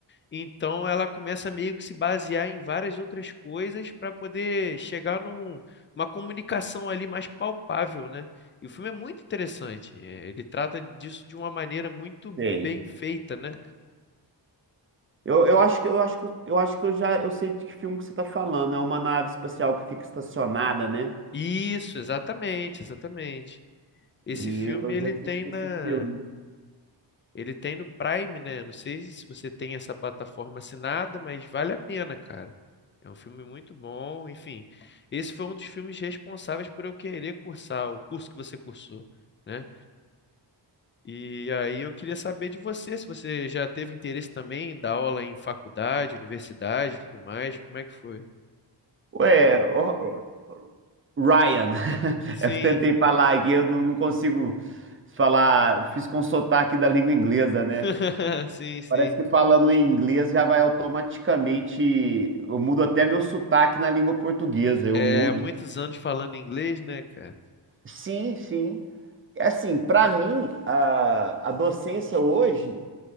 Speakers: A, on the left (about 25°); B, on the right (about 30°).
A: Então ela começa meio que se basear em várias outras coisas para poder chegar num- numa comunicação ali mais palpável, né? E o filme é muito interessante. é, Ele trata disso de uma maneira muito bem
B: sei.
A: feita, né?
B: Eu, eu acho que eu acho que eu eu acho que eu já eu sei de que filme que você está falando. É uma nave espacial que fica estacionada, né?
A: Isso, exatamente, exatamente. Esse
B: E
A: filme
B: eu eu
A: ele
B: já assisti
A: tem na
B: esse filme.
A: ele tem no Prime, né? Não sei se você tem essa plataforma assinada, mas vale a pena, cara. É um filme muito bom, enfim. Esse foi um dos filmes responsáveis por eu querer cursar o curso que você cursou, né? E aí eu queria saber de você, se você já teve interesse também em dar aula em faculdade, universidade e tudo mais, como é que foi?
B: Ué, o- o- Ryan. <laughs>
A: Sim,
B: Eu tentei falar aqui, eu não, não consigo falar. Fiz com sotaque da língua inglesa, né?
A: <laughs> sim, sim.
B: Parece que falando em inglês já vai automaticamente. Eu mudo até meu sotaque na língua portuguesa, eu
A: É,
B: mudo.
A: muitos anos falando inglês, né, cara?
B: Sim, sim. É Assim, para mim, a, a docência hoje,